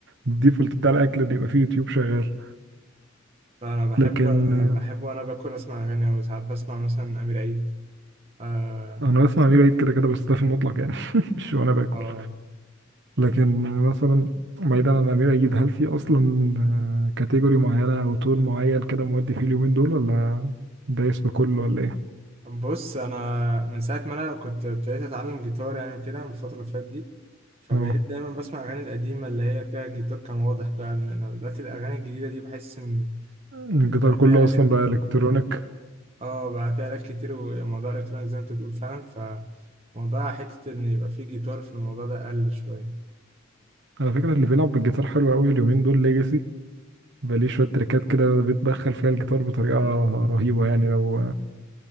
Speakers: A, on the right; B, on the right.
A: الديفولت بتاع الاكل ان يبقى فيه يوتيوب شغال
B: لا انا بحب
A: لكن آه،
B: بحب وانا باكل اسمع اغاني او ساعات بسمع مثلا امير عيد آه...
A: انا بسمع امير عيد كده كده بس ده في المطلق يعني <laughs> مش وانا باكل
B: اه
A: لكن آه، مثلا بعيدا عن امير عيد هل في اصلا كاتيجوري معينه او تون معين كده مودي فيه اليومين دول ولا دايس بكله ولا ايه
B: بص انا من ساعة ما انا كنت ابتديت اتعلم جيتار يعني كده من الفترة اللي فاتت دي فبقيت
A: اه
B: دايما بسمع اغاني القديمة اللي هي فيها الجيتار كان واضح بقى لان أنا دلوقتي الاغاني الجديدة دي بحس ان
A: الجيتار
B: بقى
A: كله
B: فيها
A: اصلا
B: آلات كتير.
A: بقى الكترونيك
B: اه بقى في آلات كتير وموضوع الالكترونيك زي ما انت بتقول فعلا فموضوع حتة ان يبقى في جيتار في الموضوع ده قل شوية
A: على فكره اللي بيلعب بالجيتار حلو قوي اليومين دول ليجاسي بليه شوية تريكات كده بيتدخل فيها الجيتار بطريقة رهيبة يعني لو